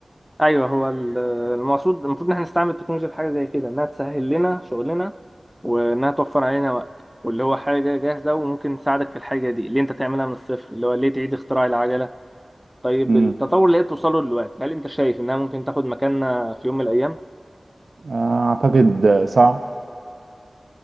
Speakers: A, in the centre; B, on the right (about 80°).
A: ايوه هو ال- المقصود المفروض ان احنا نستعمل التكنولوجيا في حاجه زي كده انها تسهل لنا شغلنا وانها توفر علينا وقت واللي هو حاجه جاهزه وممكن تساعدك في الحاجه دي اللي انت تعملها من الصفر اللي هو ليه تعيد اختراع العجله طيب
B: امم
A: التطور اللي هي بتوصله دلوقتي هل انت شايف انها ممكن تاخد مكاننا في يوم من الايام
B: اعتقد صعب